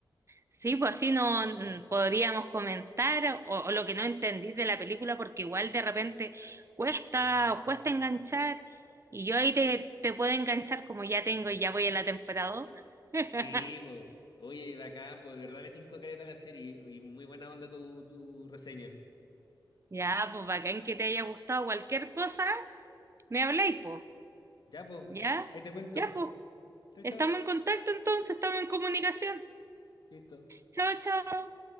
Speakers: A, on the right; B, on the left.
A: Sí, pues así no mm, podríamos comentar o, o lo que no entendí de la película, porque igual de repente cuesta o cuesta enganchar, y yo ahí te, te puedo enganchar como ya tengo y ya voy a la temporada dos <laughs>
B: Sí, pues. Oye, bacán, pues de verdad me tinco caleta la serie y muy buena onda tu, tu reseña.
A: Ya, pues bacán que te haya gustado cualquier cosa, me habláis, pues.
B: Ya, pues.
A: Ya,
B: Ahí te cuento.
A: ya, pues.
B: Chao,
A: Estamos
B: chao.
A: en contacto entonces, estamos en comunicación.
B: Listo.
A: Chao, chao.